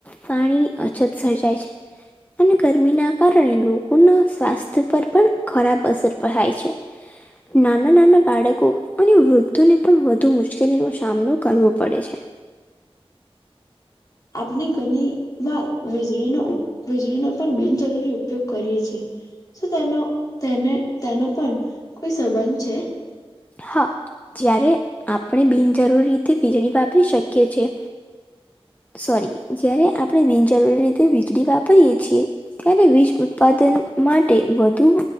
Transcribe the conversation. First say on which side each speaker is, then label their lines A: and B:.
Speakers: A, on the left; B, on the left.
A: પાણીની અછત સર્જાય છે અને ગરમીના કારણે લોકોના સ્વાસ્થ્ય પર પણ ખરાબ અસર પડાય છે. નાના નાના બાળકો અને વૃદ્ધોને પણ વધુ મુશ્કેલી નો સામનો કરવો પડે છે.
B: આપણે ઘણી વાર વીજળીનો વીજળીનો પણ બિનજરૂરી ઉપયોગ કરીએ છીએ તેનો તેને તેનો પણ કોઈ સંબંધ છે.
A: હા જ્યારે આપણે બિનજરૂરી રીતે વીજળી વાપરી શકીએ છેએ સોરી જય્યારે આપણે બિનજરૂરી રીતે વીજળી વાપરીએે છીએ ત્યારે વીજ ઉત્પાદન માટે વધુ